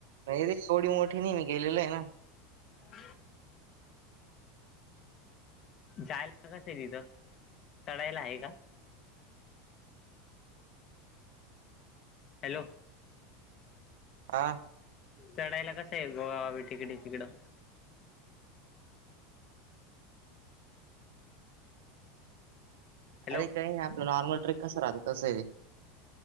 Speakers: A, on the right; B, on the left.
A: नाही रे एवढी मोठी नाही ती गेलेली आहे ना-
B: <inaudible> जायला कसं य तिथं? चढायला हाय का? हॅलो?
A: आ?
B: चढायला कसं ये, गोवा बाबा टेकडी तिकडं? हॅलो
A: अरे काई नाई आपलं नॉर्मल ट्रेक कस राहतो, तसं ये ते.